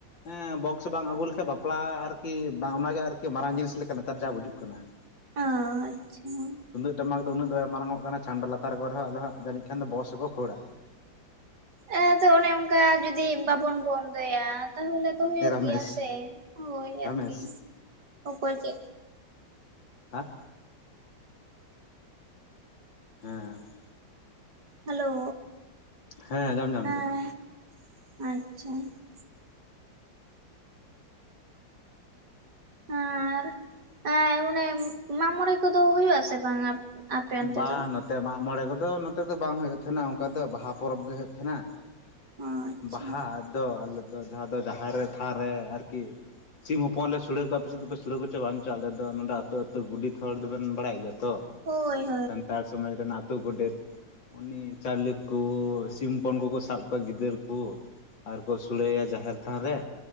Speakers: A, on the left (about 80°); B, on the right (about 60°).
A: ᱮᱸ ᱵᱚᱠᱥ ᱵᱟᱝ ᱟᱹᱜᱩ ᱞᱮᱠᱷᱟᱡ ᱵᱟᱯᱞᱟ ᱟᱨᱠᱤ ᱵᱟᱝ ᱚᱱᱟᱜᱮ ᱟᱨ ᱠᱮ ᱢᱟᱨᱟᱝ ᱡᱤᱱᱤᱥ ᱞᱮᱠᱟ ᱱᱮᱛᱟᱨ ᱡᱟ ᱵᱩᱡᱩᱜ ᱠᱟᱱᱟ ᱾
B: ᱟᱻᱪᱪᱷᱟ ᱾
A: ᱛᱩᱢᱫᱟᱹᱜ ᱴᱟᱢᱟᱠ ᱩᱱᱟᱹᱜ ᱫᱚ ᱵᱟᱭ ᱢᱟᱨᱟᱝᱚᱜ ᱠᱟᱱᱟ ᱪᱟᱸᱢᱰᱟ ᱞᱟᱛᱟᱨ ᱠᱚᱨᱮᱦᱚᱸ ᱟᱫᱚ ᱦᱟᱜ ᱡᱟᱹᱱᱤᱡ ᱠᱷᱟᱱ ᱵᱚᱠᱥ ᱜᱮᱠᱚ ᱠᱷᱳᱲᱟ ᱾
B: ᱮ ᱛᱚ ᱚᱱᱮ ᱚᱝᱠᱟ ᱡᱩᱫᱤ ᱵᱟᱵᱚᱱ ᱵᱚᱱᱫᱚᱭᱟ ᱛᱟᱦᱚᱞᱮ ᱛᱚ ᱦᱳᱭᱳᱜ
A: ᱮ ᱨᱟᱢᱮᱥ
B: ᱜᱮᱭᱟ ᱥᱮ ᱦᱳᱭ
A: ᱨᱟᱢᱮᱥ
B: ᱟᱨᱠᱤ, ᱚᱠᱚᱭ ᱪᱮᱫ
A: ᱦᱮᱸ! ᱦᱮᱸ ᱾
B: ᱦᱮᱞᱳ!
A: ᱦᱮᱸ ᱟᱸᱡᱚᱢ ᱧᱟᱢ
B: ᱦᱮᱸ,
A: ᱫᱟᱹᱧ
B: ᱟᱪᱪᱷᱟ ᱾ ᱟᱨ ᱮᱻ ᱚᱱᱮ ᱢᱟᱜ ᱢᱚᱬᱮ ᱠᱚᱫᱚ ᱦᱳᱭᱳᱜᱼᱟ ᱥᱮ ᱵᱟᱝᱟ? ᱟᱯᱮ ᱚᱱᱛᱮ
A: ᱵᱟ
B: ᱫᱚ
A: ᱱᱚᱛᱮ ᱢᱟᱜ ᱢᱚᱬᱮ ᱠᱚᱫᱚ ᱱᱚᱛᱮ ᱫᱚ ᱵᱟᱝ ᱦᱳᱭᱳᱜ ᱛᱟᱦᱮᱸᱱᱟ ᱚᱝᱠᱟ ᱫᱚ ᱵᱟᱦᱟ ᱯᱚᱨᱚᱵᱽ ᱜᱮ ᱦᱳᱭᱳᱜ ᱛᱟᱦᱮᱸᱱᱟ ᱾
B: ᱚ ᱟᱪᱪᱷᱟ
A: ᱵᱟᱦᱟ ᱫᱚ ᱟᱞᱮ ᱫᱚ ᱡᱟᱦᱟᱸ ᱫᱚ ᱡᱟᱸᱦᱮᱨ ᱨᱮ ᱛᱷᱟᱱ ᱨᱮ ᱟᱨᱠᱤ ᱥᱤᱢ ᱦᱚᱯᱚᱱ ᱞᱮ ᱥᱚᱲᱮ ᱠᱚᱣᱟ, ᱟᱯᱮ ᱥᱮᱫ ᱫᱚ ᱯᱮ ᱥᱚᱲᱮ ᱠᱮᱪᱚ ᱵᱟᱝ ᱪᱚ ᱟᱞᱮ ᱫᱚ ᱱᱚᱰᱮ ᱟᱹᱛᱩ ᱟᱹᱛᱩ ᱜᱩᱰᱮᱛ ᱦᱚᱲ ᱫᱚᱵᱮᱱ ᱵᱟᱲᱟᱭ ᱜᱮᱭᱟ ᱛᱚ!
B: ᱦᱳᱭ ᱾
A: ᱥᱟᱱᱛᱟᱲ ᱥᱚᱢᱟᱡᱽ ᱨᱮᱱ ᱟᱛᱳ ᱜᱚᱰᱮᱛ ᱾ ᱩᱱᱤ ᱪᱟᱣᱞᱮ ᱠᱚ ᱥᱤᱢ ᱦᱚᱯᱚᱱ ᱠᱚ ᱠᱚ ᱥᱟᱵ ᱠᱚᱣᱟ ᱜᱤᱫᱟᱹᱨ ᱠᱚ᱾ ᱟᱨ ᱠᱚ ᱥᱚᱲᱮᱭᱟ ᱡᱟᱸᱦᱮᱨ ᱛᱷᱟᱱ ᱨᱮ,